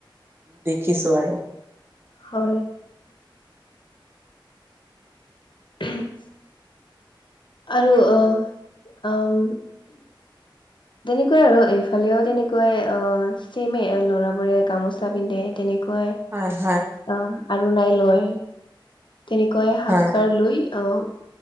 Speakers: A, on the right (about 30°); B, on the left (about 65°).
A: দেখিছো আৰু।
B: হয়। <unintelligible> আৰু অ, ওম তেনেকুৱাই আৰু এইফালেও তেনেকুৱাই অ চেমে ল'ৰাবোৰে গামোচা পিন্ধে তেনেকুৱাই।
A: হয়, হয়।
B: অ, আৰুনাই লয় তেনেকুৱাই সাজ
A: হয়
B: পাৰ লৈ অ